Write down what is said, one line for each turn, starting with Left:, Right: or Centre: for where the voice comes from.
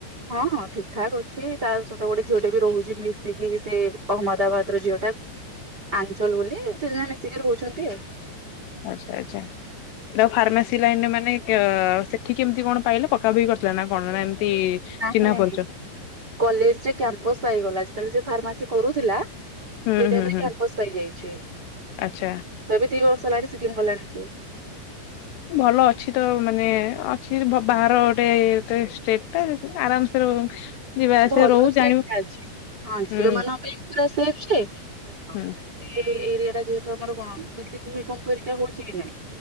Right: ହଁ ହଁ ଠିକ୍ ଠାକ୍ ଅଛି ତା ସହିତ ଗୋଟେ ଝିଅଟେ ବି ରହୁଚି ମିଶିକି ସେ ଅହମ୍ମଦାବାଦର ଝିଅ ଟା। ଆଞ୍ଚଲ ବୋଲି ତ୍ରିନାଲି ସେ ରହୁଛନ୍ତି ଆଉ।
Left: ଆଚ୍ଛା ଆଚ୍ଛା। ଏଟା ଫାର୍ମାସି ଲାଇନରେ ମାନେ କେ‌ ସେଠି କେମିତି କଣ ପାଇଲା ପକ୍କା ବି କରିଥିଲା ନା କଣ ନା ଏମିତି
Right: ନାହିଁ
Left: ଚିହ୍ନା
Right: ନାହିଁ
Left: ପରିଚୟ
Right: କଲେଜରେ କ୍ୟାମ୍ପସ୍ ପାଇଗଲା ସେତେବେଳେ ସେ ଫାର୍ମାସି କରୁଥିଲା ସେଇ
Left: ହୁଁ
Right: ଟାଇମରେ
Left: ହୁଁ ହୁଁ
Right: କ୍ୟାମ୍ପସ୍ ପାଇଯାଇଛି
Left: ଆଚ୍ଛା।
Right: ତ ଏବେ ଦି ବର୍ଷ ହେଲାଣି ସିକିମ ଗଲାଣି ସେ।
Left: ଭଲ ଅଛି ତ ମାନେ ଅଛି ବାହାର ଗୋଟେ ଇଏ ତ ଷ୍ଟେଟ୍ ଟା ଆରାମସେ ରହୁ ଯିବା ଆସିବା
Right: ଭଲ ସେଟା
Left: ଜାଣିବୁ
Right: ଅଛି ହଁ
Left: ହୁଁ
Right: ଝିଅମାନଙ୍କ ପାଇଁ ପୁରା ସେଫ୍ ଯେ ଦେଖ
Left: ହୁଁ
Right: ସେ ଏରିଆଟା ଯେହେତୁ ଆମର କଣ ବେଶୀ ଭୂମିକମ୍ପ ପରିକା ହଉଛି କି ନାଇଁ